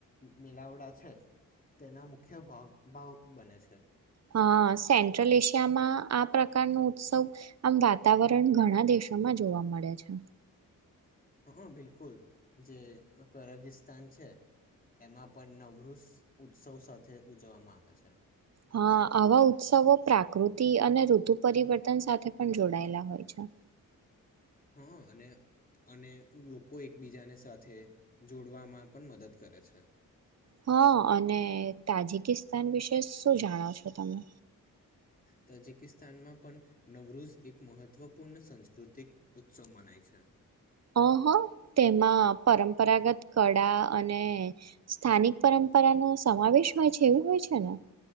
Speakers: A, on the left; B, on the right.
A: મેલાવડા છે, તેના મુખ્ય ભાવ બને છે
B: હા, સેન્ટ્રલ એશિયામાં આ પ્રકારનો ઉત્સવ આમ વાતાવરણ ઘણા દેશોમાં જોવા મળે છે
A: હ અ, બિલકુલ જે કરાગિસ્તાન છે એમાં પણ નવૃષ ઉત્સવ સાથે ઉજવામાં આવે છે
B: હા, આવા ઉત્સવો પ્રાકૃતિ અને ઋતુ પરિવર્તન સાથે પણ જોડાયેલા હોય છે
A: હા, અને અને લોકો એકબીજાને સાથે જોડવામાં પણ મદદ કરે છે
B: હા, અને તાજકિસ્તાન વિશે શું જાણો છો તમે
A: તજકિસ્તાનમાં પણ નવરોઝ એક મહત્વપૂર્ણ સાંસ્કૃતિક ઉત્સવ મનાય છે
B: અહ, તેમાં પરંપરાગત કળા અને સ્થાનિક પરંપરાનો સમાવેશ હોય છે, એવું હોય છે ને